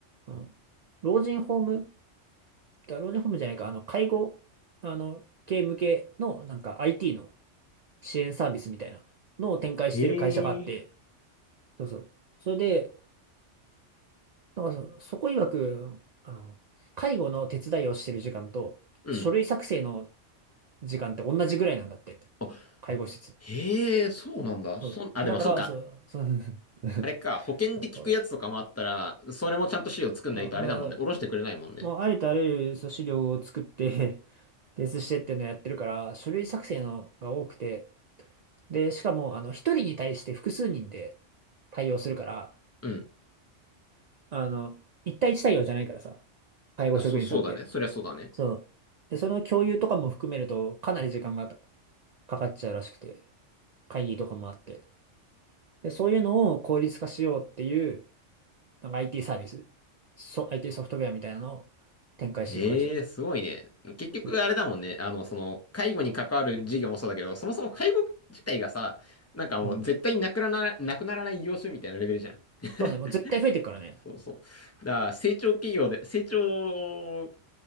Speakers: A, on the right; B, on the left.
A: あの、老人ホーム、あ老人ホームじゃないか、あの、介護、あの、系向けの、なんか IT の支援サービスみたいなのを展開してる会社があって、
B: へえ。
A: そうそう。それで、なんかそ、そこ曰く、あの、介護の手伝いをしてる時間と、
B: うん。
A: 書類作成の時間って同じぐらいなんだって。
B: あ
A: 介護施設。
B: へえ、そうなんだ。
A: そう。
B: そん、あ、
A: だから、
B: でもそうか。
A: そう、そう、<laughs>
B: あれか、保険で聞くやつとかもあったら、
A: あそうだね。
B: それもちゃんと資料作んないとあれだもんね。
A: あまあ、
B: おろしてくれないもんね。
A: もうありとあらゆるそう資料を作って提出 <laughs> してっていうのをやってるから、書類作成のが多くて、で、しかも、あの、一人に対して複数人で対応するから、
B: うん。
A: あの、一対一対応じゃないからさ、介護職員さんって。
B: あ、そう、そうだね。そりゃそうだね。
A: そう。で、その共有とかも含めると、かなり時間がかかっちゃうらしくて、会議とかもあって。で、そういうのを効率化しようっていうなんか IT サービス、そ、IT ソフトウェアみたいなのを展開してる会社だった。
B: へえ、すごいね。結局あれだもんね。
A: うん。
B: あの、その、介護に関わる事業もそうだけど、そもそも介護自体がさ、なんかもう絶対になくなら、
A: うん
B: なくならない業種みたいなレベルじゃん。<laughs>
A: そうね、もう絶対増えてるからね。
B: そうそう。だから成長企業で、成長